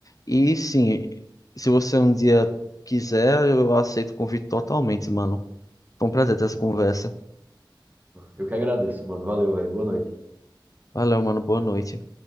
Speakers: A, on the left; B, on the right.
A: E sim, se você um dia quiser, eu aceito o convite totalmente, mano. Foi um prazer ter essa conversa.
B: eu que agradeço, mano. Valeu, velho. Boa noite.
A: Valeu, mano. Boa noite.